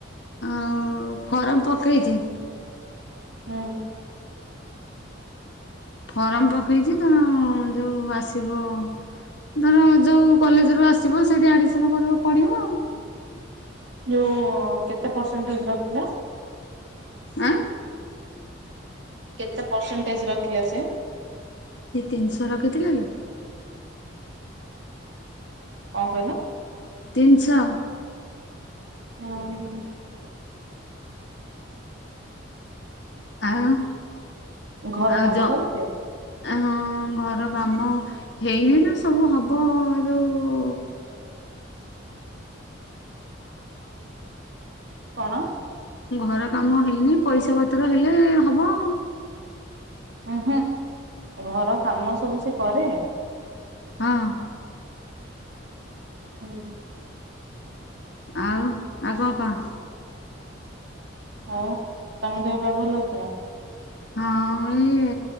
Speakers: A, on the left (about 60°); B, on the right (about 65°).
A: ଆଉ ଫର୍ମ ପକେଇଚି
B: ଉଁ।
A: ଫର୍ମ ପକେଇଚି ତେଣ ଯୋଉ ଆସିବ ଧର ଯୋଉ କଲେଜରୁ ଆସିବ ସେଇଠି ଆଡମିସନ କରିବ ପଡିବ ଆଉ।
B: ଯୋଉ କେତେ ପରସେଣ୍ଟେଜ ରଖିଲା?
A: ଆଁ?
B: କେତେ ପରସେଣ୍ଟେଜ୍ ରଖିଲା ସେ?
A: ସିଏ ତିନିଶହ ରଖିଥିଲା ଲୋ।
B: କଣ କହିଲ?
A: ତିନିଶ।
B: ଓହୋ।
A: ଆଉ
B: ଘର
A: ଆଉ
B: କାମ
A: ଯ
B: କରେ ସେ?
A: ଆ ହଁ ଘର କାମ ହେଇନି ନା ସବୁ ହବ ଯୋଉ
B: କଣ?
A: ଘର କାମ ହେଇନି ପଇସା ପତ୍ର ହେଲେ ହବ।
B: ଉଁ ହୁଁ ଘର କାମ ସବୁ ସେ କରେ?
A: ହଁ।
B: ହୁଁ।
A: ଆଉ ଆଉ କଣ କହ?
B: ଆଉ ତମ ଦେହପାଆ ଭଲ ଅଛି ନା?
A: ହଁ ଇଏ